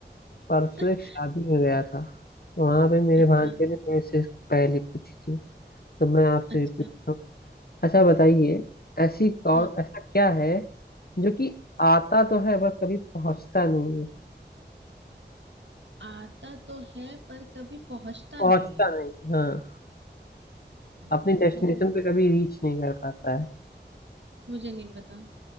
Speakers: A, on the left; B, on the right.
A: परसों
B: <laughs>
A: एक शादी में गया था वहां पे मेरे
B: अच्छा
A: भांजे ने थोड़ी सी पहेली पूछी थी तो मैं आपसे
B: अच्छा
A: भी पूछता हूँ अच्छा बताइए ऐसी कौन
B: हम्म
A: ऐसा क्या है जो कि आता तो है बस कभी पहुंचता नहीं है
B: आता तो है पर कभी पहुंचता
A: पहुंचता
B: नहीं है
A: नहीं हाँ
B: आता
A: अपनी डेस्टिनेशन
B: तो है
A: पे कभी रीच नहीं कर पाता है
B: मुझे नहीं पता